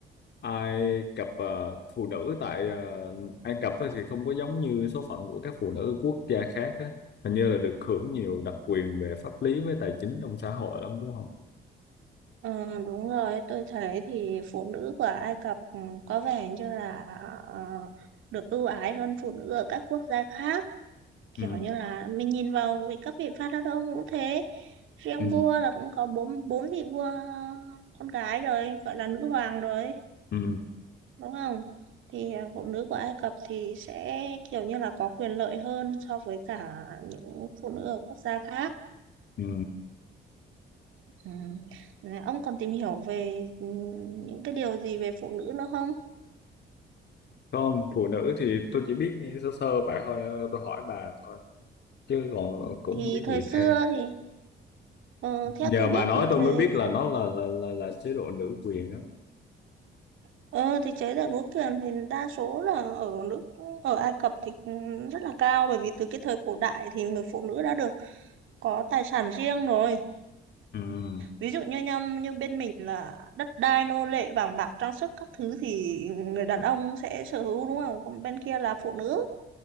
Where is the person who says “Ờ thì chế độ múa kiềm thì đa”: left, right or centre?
Right